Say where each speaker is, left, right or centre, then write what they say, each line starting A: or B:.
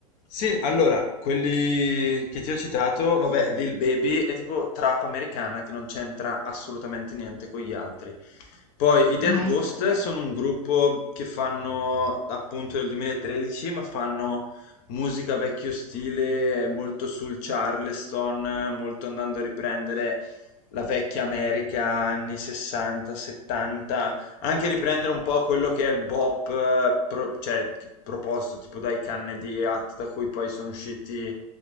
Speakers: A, on the left (about 45°); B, on the left (about 65°).
A: sì, allora, quelli che ti ho citato, vabbè, Lil Baby è tipo trap americana che non c'entra assolutamente niente con gli altri. Poi i Dead
B: Ah,
A: Ghost
B: ecco, ok.
A: sono un gruppo che fanno appunto del 2013, ma fanno musica vecchio stile, molto sul Charleston, molto andando a riprendere la vecchia America anni 60, 70, anche riprendere un po' quello che è il bop eh, pro- cioè, proposto tipo dai canne di Hat da cui poi sono usciti